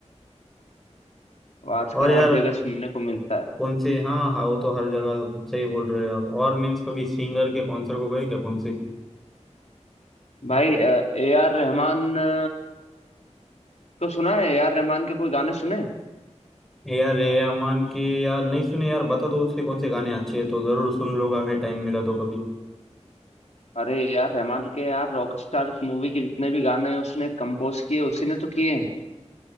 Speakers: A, on the left (about 65°); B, in the centre.
A: वो आजकल
B: और यार
A: हर जगह सुनने को मिलता है
B: कौन से हाँ हाँ वो तो हर जगह सही बोल रहे हो आप और मीन्स कभी सिंगर के कॉन्सर्ट को गए क्या कौन से
A: भाई ए आर रहमान अ, को सुना है ए आर रहमान के कोई गाने सुने
B: ए आर रहमान के यार नहीं सुने यार बता दो उसके कौन से गाने अच्छे हैं तो जरूर सुन लूंगा मैं टाइम मिला तो कभी
A: अरे ए आर रहमान के यार रॉकस्टार मूवी के जितने भी गाने उसने कंपोज किए उसी ने तो किए हैं